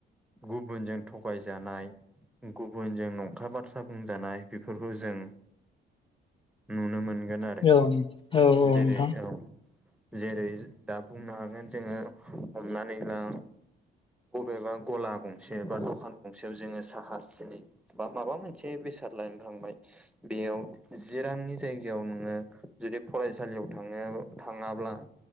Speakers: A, in the centre; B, on the left.
A: गुबुनजों थगायजानाय गुबुनजों नंखाय बाथ्रा बुंजानाय बेफोरखौ जों नुनो मोनगोन आरो
B: औ औ नोंथां
A: जेरै औ जेरै दा बुंनो हागोन जोङो हमनानै ला बबेबा गला गंसे बा दखान गंसेयाव जोङो साहा सिनि बा माबा मोनसे बेसाद लायानो थांबाय बेयाव जि रांनि जायगायाव नोङो जुदि फराय- सालियाव थाङो थाङाब्ला